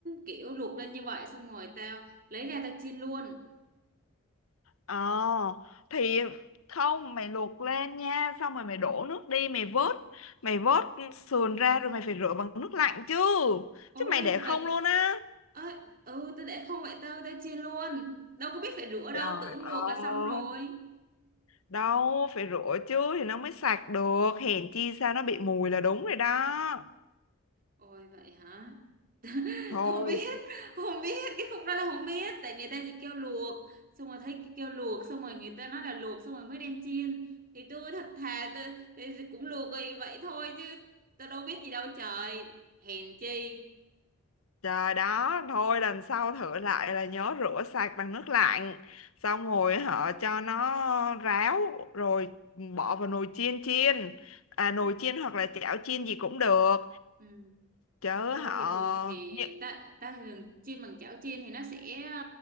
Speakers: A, on the right (about 45°); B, on the left (about 80°).
A: kiểu luộc lên như vậy xong rồi tao lấy ra tao chiên luôn.
B: Ờ thì không mày luộc lên nha Xong rồi mày đổ nước đi Mày vớt Mày vớt sườn ra rồi mày phải rửa bằng nước lạnh chứ
A: Ôi
B: Chứ mày để không
A: vậy vậy.
B: luôn á
A: Ơ, ừ tao để không vậy tao tao chiên luôn. Đâu có biết phải rửa
B: Trời
A: đâu, tưởng
B: ơi
A: luộc là xong rồi.
B: Đâu phải rửa chứ thì nó mới sạch được Hèn chi sao nó bị mùi là đúng rồi đó
A: Ôi vậy hả? <laughs>
B: Thôi
A: Không biết, không biết cái khúc đó là không biết tại người ta chỉ kêu luộc xong rồi thấy cái kêu luộc xong rồi người ta nói là luộc xong rồi mới đem chiên. Thì tôi thật thà tôi, tôi cũng luộc vì vậy thôi chứ tôi đâu biết gì đâu trời. Hèn chi.
B: Trời đó, thôi lần sau thử lại là nhớ rửa sạch bằng nước lạnh. Xong rồi họ cho nó ráo rồi bỏ vào nồi chiên chiên. À nồi chiên hoặc là chảo chiên gì cũng được.
A: Ừ.
B: Chứ
A: tôi
B: họ
A: thì thường thì
B: Nhị-
A: ta ta thì thường chiên bằng chảo chiên thì nó sẽ ờ,